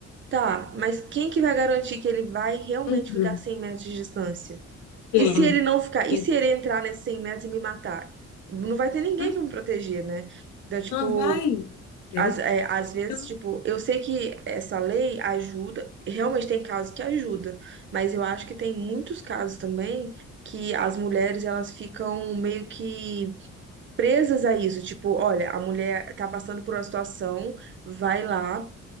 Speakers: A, on the right; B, on the left.
A: Tá, mas quem que vai garantir que ele vai realmente
B: Uhum.
A: ficar a 100 metros de distância?
B: Tem,
A: E se ele não ficar? E
B: tem.
A: se ele entrar nesses 100 metros e me matar? Não vai ter ninguém
B: Hum,
A: pra me proteger, né? Então, tipo.
B: Não vai, entendeu?
A: Às, é, às vezes,
B: Então,
A: tipo, eu sei que essa lei ajuda, realmente tem casos que ajuda, mas eu acho que tem muitos casos também que as mulheres elas ficam meio que presas a isso, tipo, olha, a mulher tá passando por uma situação, vai lá,